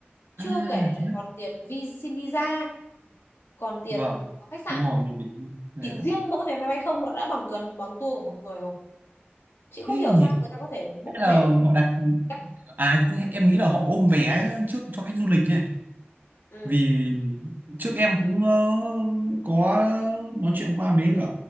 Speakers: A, on the left; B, on the right.
A: chưa
B: à
A: kể lại
B: thế.
A: còn tiền vi xin visa còn tiền
B: vâng
A: khách sạn
B: đúng rồi mình phải
A: chỉ
B: à,
A: riêng mỗi vé máy bay không nó đã bằng gần bằng tour của một người rồi chị không
B: thế
A: hiểu
B: nhỉ
A: sao người ta có thể book
B: hay
A: rẻ
B: là
A: như thế
B: họ đặt
A: Chắc-
B: à em nghĩ là họ ôm vé trước cho khách du lịch nhỉ
A: ừ
B: vì trước em cũng ờ, có nói chuyện qua mấy cả